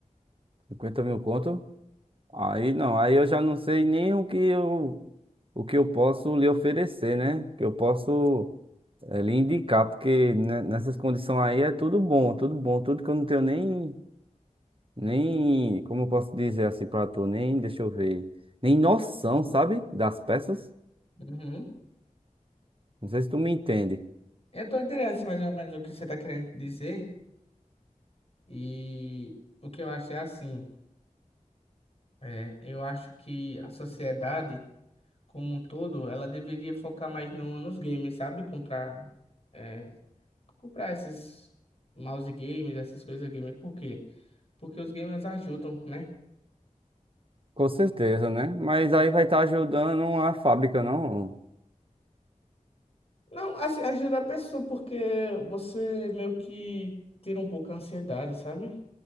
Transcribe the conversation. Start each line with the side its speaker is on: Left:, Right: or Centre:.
Right: cinquenta mil conto? Aí não, aí eu já não sei nem o que eu, o que eu posso lhe oferecer, né? Que eu posso eh, lhe indicar, porque ne- nessas condições aí é tudo bom, tudo bom, tudo que eu não tenho nem, nem, como eu posso dizer assim pra tu, nem, deixa eu ver, nem noção, sabe? Das peças.
Left: Uhum.
Right: Não sei se tu me entende.
Left: Eu tô interessado mais ou menos o que você tá querendo dizer. E o que eu acho é assim. É, eu acho que a sociedade, como um todo, ela deveria focar mais no, nos games, sabe? Comprar, é, comprar esses mouse games, essas coisas gamer. Por quê? Porque os gamers ajudam, né?
Right: Com certeza, né? Mas aí vai estar ajudando a fábrica, não?
Left: Não, assim, ajuda a pessoa porque você meio que tira um pouco a ansiedade, sabe?